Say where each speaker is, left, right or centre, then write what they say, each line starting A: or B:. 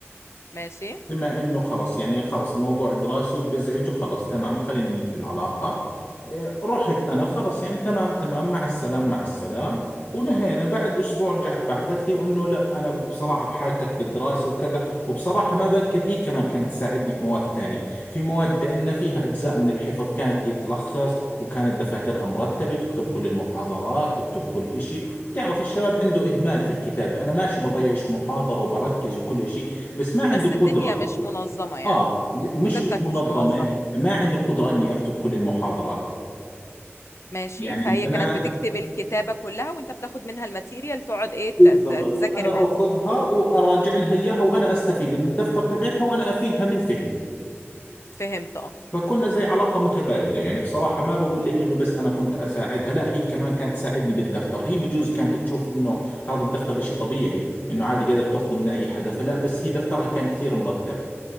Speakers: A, on the left (about 70°); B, on the left (about 50°).
A: ماشي
B: بما انه خلص يعني خلص الموضوع دراسي وبزعج وخلص تمام خلينا ننهي العلاقة إيه، رحت انا خلص يعني تمام تمام مع السلام مع السلام ونهينا بعد اسبوع رجعت بعثت لي وانه لا انا بصراحة بحاجتك بالدراسة وكذا وبصراحة ما بنكر هي كمان كانت تساعدني في مواد ثانية في مواد عندنا فيها اجزاء من الحفظ كانت هي تلخص وكانت دفاترها مرتبة تكتب كل المحاضرات تكتب كل إشي بتعرف الشباب عنده اهمال في الكتابة انا ماشي بضيعش محاضرة وبركز وكل إشي بس ما عندي
A: بس
B: القدرة
A: الدنيا مش منظمة يعني
B: اه مش
A: كتابتك
B: مش منظمه
A: مش منظمة
B: ما عندي القدره اني اكتب كل المحاضرات
A: ماشي
B: يعني
A: فهي
B: البنات
A: كانت بتكتب الكتابة كلها وانت بتاخد منها الماتيريال تقعد ايه
B: بالضبط
A: ت- ت- تذاكر
B: انا
A: منها
B: اخذها واراجع لها اياها وانا استفيد من الدفتر تبعتها وانا افيدها من فهمي
A: فهمت اه
B: فكنا زي علاقه متبادله يعني بصراحه ما بقول لك انه بس انا كنت اساعدها لا هي كمان كانت تساعدني بالدفتر هي بجوز كانت تشوف انه هذا الدفتر إشي طبيعي انه عادي قادر تاخذه من اي حدا فلا بس هي دفترها كان كثير مرتب